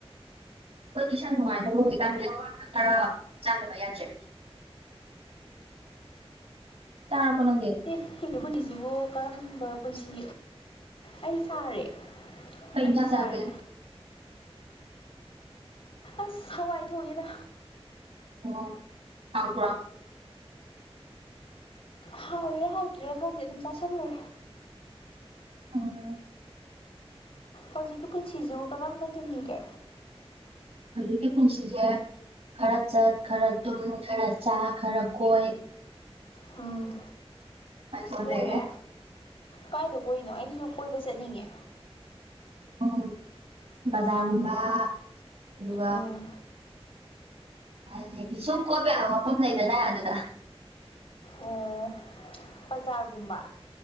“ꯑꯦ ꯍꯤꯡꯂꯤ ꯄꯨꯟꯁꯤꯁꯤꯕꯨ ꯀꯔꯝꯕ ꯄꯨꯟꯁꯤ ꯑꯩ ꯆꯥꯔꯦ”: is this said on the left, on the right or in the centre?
Left